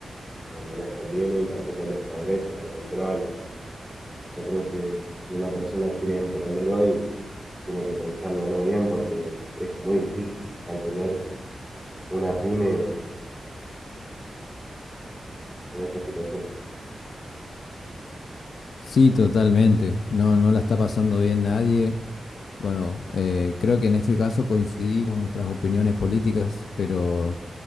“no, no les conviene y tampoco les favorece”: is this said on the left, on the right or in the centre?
Centre